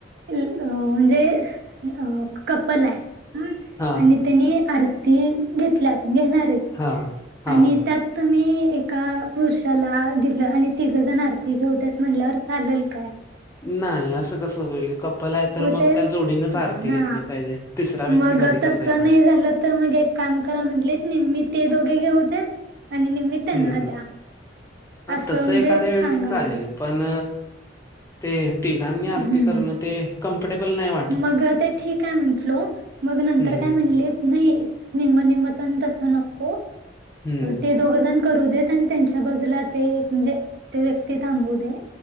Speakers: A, on the right; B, on the left.
A: म्हणजे अ कपल आहे. ह
B: हा
A: आणि त्यानी आरती घेतल्यात घेणार आहेत
B: हा! हा
A: आणि त्यात तुम्ही एका पुरुषाला दिलं आणि तिघं जण आरती घेऊद्यात म्हटल्यावर चालेल काय!
B: नाही असं कसं होईल कप ल आहे तर
A: व
B: मग
A: ते
B: त्या जोडीनच आरती
A: हा
B: घेतली पाहिजे तिसरा व्यक्ती
A: मग
B: मधी
A: तसं
B: कसं येणार
A: नाही झालं तर मग काम करा म्हटलेत मी ते दोघे घेऊत आणि त्यांना
B: हम्म
A: द्या असं
B: तसं
A: म्हणजे
B: एखाद्या वेळेस
A: सांगावलं
B: चालेल पण ते तिघांनी
A: हम्म
B: आरती करणं ते कम्फर्टेबल नाही वाटत.
A: मग ते ठीक आहे म्हंटलो मग नंतर
B: हम्म
A: काय म्हटले नाही निम्म निम्मत तस नको
B: हम्म
A: ते दोघजण करू देत आणि त्यांच्या बाजूला ते म्हणजे ते व्यक्ती थांबू दे